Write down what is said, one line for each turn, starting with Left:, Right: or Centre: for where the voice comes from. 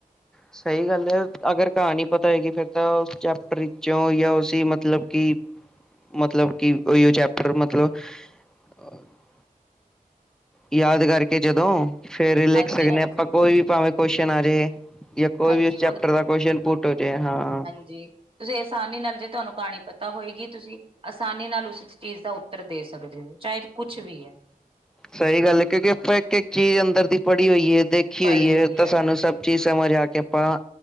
Centre: ਸਈ ਗੱਲ ਏ ਅਗਰ ਕਾਹਨੀ ਪਤਾ ਹੈਏਗੀ ਫਿਰ ਤਾਂ ਉਸ ਚੈਪਟਰ ਵਿੱਚੋਂ ਯਾਂ ਉਸੇ ਮਤਲਬ ਕਿ ਮਤਲਬ ਕਿ ਓਈਓ ਚੈਪਟਰ ਮਤਲਬ <unintelligible> ਯਾਦ ਕਰਕੇ ਜਦੋਂ ਫੇਰ ਲਿਖ
Right: ਹਾਂਜੀ-ਹਾਂਜੀ
Centre: ਸਕਣੇ ਆ ਆਪਾਂ ਕੋਈ ਵੀ ਪਾਵੇਂ ਕੋਸ਼ਚਨ ਆ ਜੇ ਜੇ ਕੋਈ
Right: ਹਾਂਜੀ
Centre: ਵੀ ਉਸ ਚੈਪਟਰ ਦਾ ਕੋਸਨ ਪੁਟ ਹੋਜੇ ਹਾਂ।
Right: ਜੀ। ਜੇ ਆਸਾਨੀ ਨਾਲ ਜੇ ਤਾਨੂੰ ਕਹਾਨੀ ਪਤਾ ਹੋਏਗੀ ਤੁਸੀਂ ਆਸਾਨੀ ਨਾਲ ਉਸ ਚੀਜ਼ ਦਾ ਉੱਤਰ ਦੇ ਸਕਦੇ ਓ ਚਾਏ ਕੁਛ ਵੀ ਏ।
Centre: ਸਈ ਗੱਲ ਏ ਕਿਉਂਕਿ ਆਪਾਂ ਇੱਕ-ਇੱਕ ਚੀਜ਼ ਅੰਦਰ ਦੀ ਪੜ੍ਹੀ ਹੋਈਏ ਦੇਖੀ
Right: ਪੜ੍ਹੀ
Centre: ਹੋਈਏ
Right: ਹੋਈ
Centre: ਤਾਂ
Right: ਹੈ
Centre: ਸਾਨੂੰ ਸਭ ਚੀਜ਼ ਸਮਝ ਆ ਕੇ ਆਪਾਂ